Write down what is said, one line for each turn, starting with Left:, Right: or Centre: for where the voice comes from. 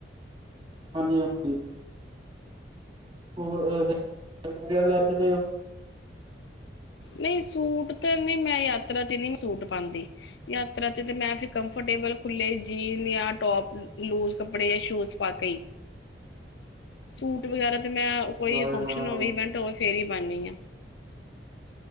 Right: ਹਾਂਜੀ-ਹਾਂਜੀ। ਹੋਰ, ਸ਼ਰਟ ਵਗੈਰਾ ਲੈਣ ਚਲੇ ਓ?
Left: ਨਹੀਂ ਸੂਟ ਤੇ, ਨਹੀਂ, ਮੈਂ ਯਾਤਰਾ ਤੇ ਮੈਂ ਨਹੀਂ ਸੂਟ ਪਾਉਂਦੀ। ਯਾਤਰਾ'ਚ ਤੇ ਮੈਂ ਫਿਰ ਕੰਫਰਟੇਬਲ ਖੁੱਲੇ, ਜੀਨ ਯਾ ਟੌਪ, ਲੂਜ ਕੱਪੜੇ ਯਾ ਸ਼ੂਜ ਪਾਕੇ ਈ।
Right: <inaudible>
Left: ਸੂਟ ਵਗੈਰਾ ਤਾਂ ਮੈਂ,
Right: ਅੱਛਾ
Left: ਕੋਈ ਫੰਕਸ਼ਨ
Right: ਹਾਂ
Left: ਹੋਵੇ, ਇਵੈਂਟ ਹੋਵੇ ਫੇਰ ਹੀ ਪਾਂਨੀ ਆ।